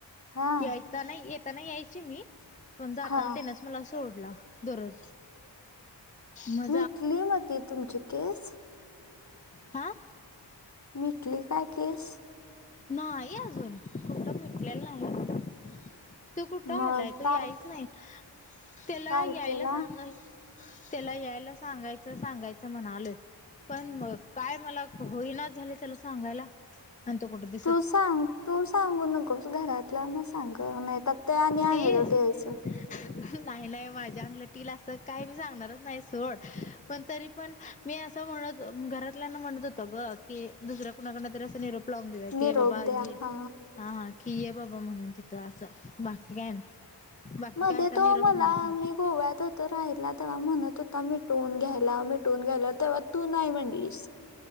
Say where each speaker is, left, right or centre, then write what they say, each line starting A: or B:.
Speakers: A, on the left; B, on the left.
A: हा
B: यायता नाही, येताना यायची मी. पण जाताना
A: हा
B: त्यांनच मला सोडला. दररोज. मग
A: मिटली म ती तुमची केस?
B: आ.
A: मिटली काय, केस?
B: नाही अजून. कुठं, मीटलेलं नाही. तो कुठं आलाय?
A: मग
B: तो
A: तार
B: यायच नाही? त्याला
A: तारखेला
B: यायला सांगायस त्याला यायला सांगायचं, सांगायचं. म्हणालोय. पण म काय मला होईना झाले, त्याला सांगायला. इथ कुठ दिस
A: तू सांग, तू सांगू नकोस. घरातल्या ना सांग गं. नाहीतर त्यांनी
B: ते
A: आंगलठ यायचं.
B: नाही, नाही. माझ्या अंगलट येईल असं, काय मी सांगणारच नाही, सोड. पण तरी पण मी असं म्हणत, घरातल्यांना म्हणत होतं ग. की, दुसऱ्या कुणाकडन तरी असं निरोप लावून दिल
A: निरोप
B: की, ये बाबा, ये.
A: द्या हा
B: ह, हा. की ए बाबा म्हणून तिथं. अस, बाकी काही नाही. बाकी
A: मध्ये
B: काय असा
A: तो
B: निरोप
A: मला,
B: द्यायचा नाही.
A: मी गोव्यात होत तो राहिला. तेव्हा म्हणत होता, मिटवून घ्याय लाव, मिटवून घ्याय लाव, तेव्हा तू नाही म्हणलीस.